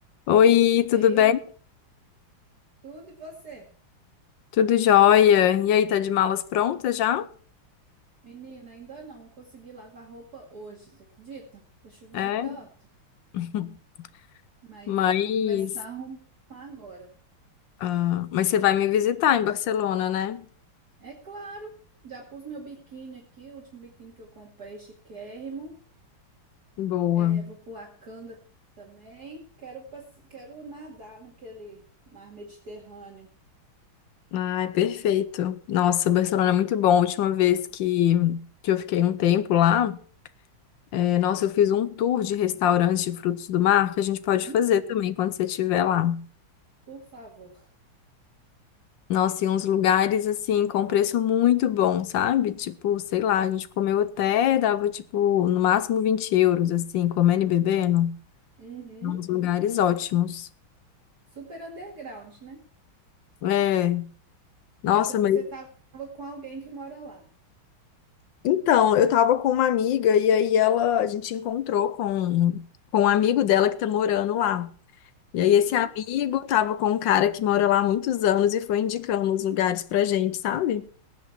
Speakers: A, on the left (about 70°); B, on the right (about 45°).
A: Oi, tudo
B: Ei,
A: bem?
B: tudo e você?
A: Tudo jóia? E aí, tá de malas prontas já?
B: Menina, ainda não consegui lavar roupa hoje, você acredita? Tá chovendo
A: É,
B: tanto,
A: <laughs>
B: mas
A: mas,
B: vou começar a arrumar agora.
A: ah, mas você vai me visitar em Barcelona, né?
B: É claro, já pus meu biquíni aqui, o último biquíni que eu comprei, chiquérrimo.
A: Boa.
B: É, vou pôr a canga também. Quero, passe- quero nadar naquele mar Mediterrâneo.
A: Ai, perfeito. Nossa, Barcelona é muito bom. A última vez que, que eu fiquei um tempo lá, é, nossa, eu fiz um tour de restaurantes de frutos do mar que a gente pode
B: Hum,
A: fazer também quando você estiver lá.
B: por favor.
A: Nossa, e uns lugares assim com preço muito bom, sabe? Tipo, sei lá, a gente comeu até, dava tipo, no máximo 20 euros, assim, comendo e bebendo.
B: Uhum.
A: Uns lugares ótimos.
B: Super underground, né?
A: É, nossa,
B: Mas é porque
A: mas.
B: você tava com alguém que mora lá.
A: Então, eu tava com uma amiga e aí ela, a gente encontrou com, com um amigo dela que tá morando lá. E aí
B: Uhum.
A: esse amigo tava com um cara que mora lá há muitos anos e foi indicando os lugares pra gente, sabe?